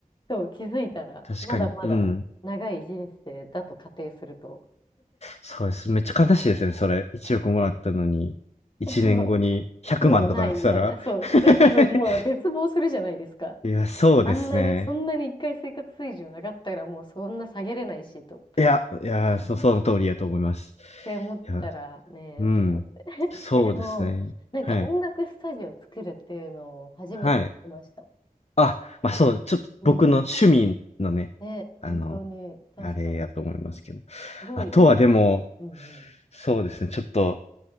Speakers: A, on the left; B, on the left.
A: そう、気づいたら、
B: 確かに、
A: まだまだ長い人生だと仮定すると。
B: うん。そうです。めっちゃ悲しいですね、それ。1億もらったのに、1年後に100万とかなってたら。
A: え、そう、もうないみたいな。そう。
B: <laughs>
A: で、多分もう絶望するじゃないですか。
B: いや、そうですね。
A: あんなに、そんなに一回生活水準上がったらもうそんな下げれないしと、
B: いや、いや、そ、その通りやと思います。
A: うんって思ったらねえと思って。
B: いや、うん。そうですね。
A: え、でも、なんか音楽スタジオ作るっていうのを初めて聞きました。
B: はい。はい。あ、まあそう、ちょっと僕の趣味のね、
A: うん。ね、
B: あの、
A: 本当に、確かに。
B: あれやと思いますけど。
A: すごいいいですよね。
B: あとはでも、
A: うんうん。
B: そうですね。ちょっと、